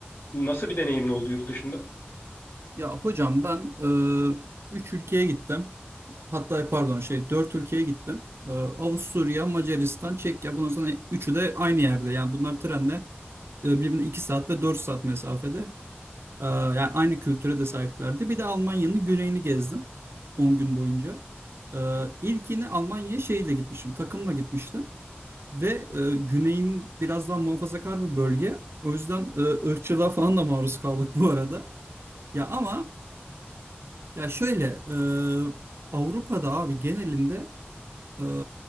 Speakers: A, on the left (about 75°); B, on the right (about 80°).
A: nasıl bir deneyimin oldu yurt dışında?
B: Ya hocam ben e, 3 ülkeye gittim. Hatta pardon şey 4 ülkeye gittim. E, Avusturya, Macaristan, Çekya. Bundan sonra üçü de aynı yerde. Yani bunlar trenle e, birbirine 2 saat ve 4 saat mesafede. E, yani aynı kültüre de sahiplerdi. Bir de Almanya'nın güneyini gezdim On gün boyunca. E, ilkini Almanya'ya şeyle gitmiştim. Takımla gitmiştim. Ve e, güneyin biraz daha muhafazakar bir bölge. O yüzden e, ırkçılığa falan da maruz kaldık bu arada. Ya ama ya şöyle e, Avrupa'da abi genelinde e,